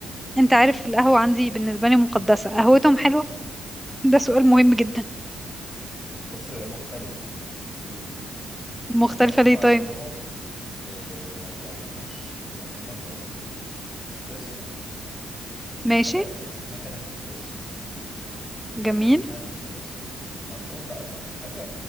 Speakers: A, in the centre; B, on the left.
A: انت عارف القهوة عندي بالنسبة لي مقدسة قهوتهم حلوة ده سؤال مهم جدا
B: بصي هي مختلفة ليه؟
A: مختلفة
B: عشان هم
A: ليه
B: عندهم
A: طيب
B: آه، ما بيعملوش يعني هم بيعملوا ايه؟ اسبريسو
A: ماشي
B: ده الاساسي مكنة اسبريسو بيعملوا
A: جميل
B: بيها الاسبريسو عندهم بقى كل حاجة